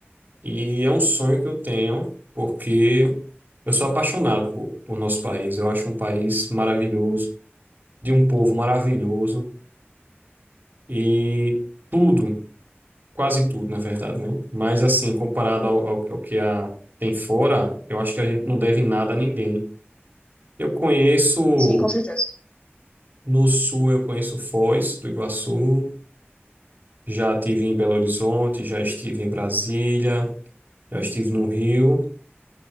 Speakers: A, on the right; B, on the left.
A: e é um sonho que eu tenho, porque eu sou apaixonado por, por nosso país. Eu acho um país maravilhoso, de um povo maravilhoso, e. Tudo, quase tudo, na verdade, né? Mas assim, comparado ao, ao, ao que a, tem fora, eu acho que a gente não deve nada a ninguém. Eu conheço
B: Sim, com certeza.
A: no sul, eu conheço Foz do Iguaçu, já estive em Belo Horizonte, já estive em Brasília, já estive no Rio.